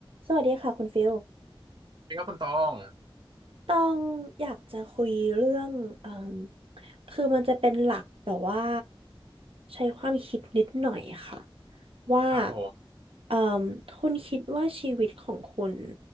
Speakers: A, on the right; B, on the right.
A: สวัสดีค่ะคุณฟิล
B: นี่ครับคุณตอง
A: ต้องอยากจะคุยเรื่องเอ่มคือมันจะเป็นหลักแบบว่าใช้ความคิดนิดหน่อยค่ะว่า
B: ครับผม
A: เอ่มคุณคิดว่าชีวิตของคุณ